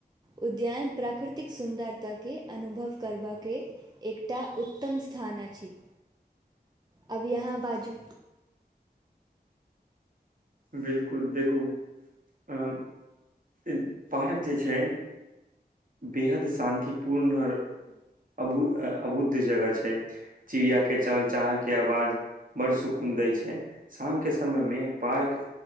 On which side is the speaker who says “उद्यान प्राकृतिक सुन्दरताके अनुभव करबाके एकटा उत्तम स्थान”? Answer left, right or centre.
Right